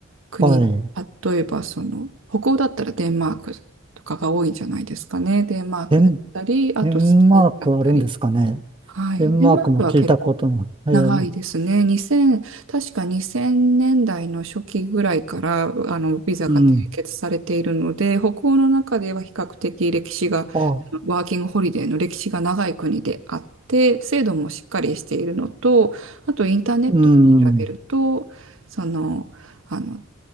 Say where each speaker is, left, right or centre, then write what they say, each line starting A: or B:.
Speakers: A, on the right (about 70°); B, on the right (about 25°).
A: 国、
B: はい。
A: 例えばその、北欧だったらデンマークとかが多いんじゃないですかね。デンマークだったり、
B: デン、
A: あとスペインだったり。
B: デンマークあるんですかね。
A: はい。
B: デンマークも聞いたことない。
A: デンマークは結構
B: えー
A: 長いですね。2000、確か2000年代の初期ぐらいから、あの、ビザが締結されているので、
B: うん。
A: 北欧の中では比較的歴史が、
B: あ、
A: ワーキングホリデーの歴史が長い国であって、制度もしっかりしているのと、あとインターネットで調べると、
B: うん。
A: その、あの、